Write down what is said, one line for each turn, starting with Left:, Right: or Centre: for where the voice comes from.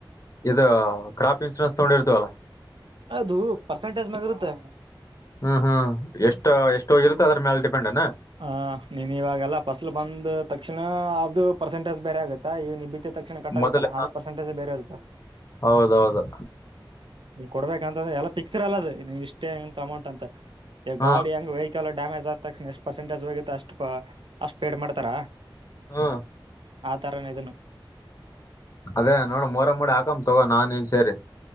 Left: ಇ ಕ್ರಾಪ್ ಇನ್ಸೂರೆನ್ಸ್ ತಗೊಂಡಿ ಇರ್ತವಲ್ಲ
Right: ಅದು ಪರ್ಸೆಂಟೇಜ್ ಮ್ಯಾಗ ಇರುತ್ತೆ
Left: ಹ ಹಾ ಎಷ್ಟ ಎಷ್ಟೋಗಿರುತ್ತೋ ಅದ್ರ ಮ್ಯಾಲ ಡಿಪೆಂಡ್ ಏನ
Right: ಹ ನೀನ್ ಇವಾಗಲ್ಲ ಫಸಲ್ ಬಂದ ತಕ್ಷಣ ಅದು ಪರ್ಸೆಂಟೇಜ್ ಬೇರೆ ಆಗತ್ತಾ ಈಗ ನಿ ತಕ್ಷಣ ಕಟ್ಟಾಗುತ್ತಲ್ಲ
Left: ಮೊದಲ
Right: ಆದ್ರ ಪರ್ಸೆಂಟೇಜ ಬೇರೆ ಇರುತ್ತ
Left: ಹೌದೌದು
Right: ನೀ್ ಕೊಡ್ಬೇಕಂತ್ರ ಎಲ್ಲಾ ಿಕ್ಸ್ರ್ ಅಲ್ಲ ಅದು ನೀವ್ ಇಷ್ಟೇಂತ ಅಮೌಂಟ್ ಅಂತ
Left: ಹಾ
Right: ಗಾಡಿ ಹೆಂಗ ವ ಚಲೋ ಡ್ಯಾಮೇಜ್ ಆದ ತಕ್ಷಣ ಎಷ್ಟು ಪರ್ಸೆಂಟೇಜ್ ಹೋಗಿತ್ತು ಅಷ್ಟು ಅಷ್ಟು ಪೇಡ್ ಮಾಡ್ತಾರ
Left: ಹಾ
Right: ಆತರನು ಇದುನು
Left: ಅದೇ ನೋಡ ಮೊರ ಮೂಡಿ ಹಾಕಮ್ಮ ತಗೋ ನನ್ ನೀನ್ ಸೇರಿ